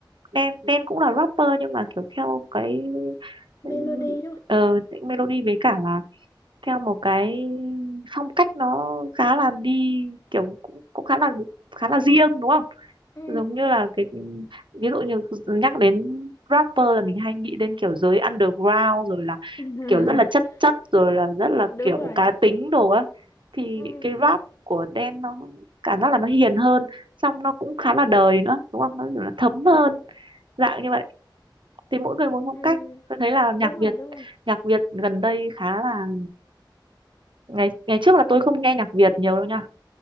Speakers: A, on the right; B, on the left.
A: Đen Đen cũng là rapper nhưng mà kiểu theo cái ừ,
B: melody đúng không
A: ờ melody với cả là theo một cái phong cách nó khá là đi kiểu cũng, cũng khá là khá là riêng đúng không?
B: ừ.
A: giống như là cái ví dụ như nhắc đến rapper là mình hay nghĩ đến kiểu giới underground rồi là
B: <laughs>
A: kiểu rất là chất chất rồi là rất là
B: đúng
A: kiểu
B: rồi
A: cá tính đồ á thì
B: ừ,
A: cái rap của Đen nó cảm giác là nó hiền hơn xong nó cũng khá là đời nữa đúng không nó kiểu là thấm hơn dạng như vậy thì mỗi người một phong
B: ừ,
A: cách tôi thấy là nhạc
B: đúng rồi
A: Việt
B: đúng rồi
A: nhạc Việt gần đây khá là ngày ngày trước là tôi không nghe nhạc Việt nhiều đâu nhá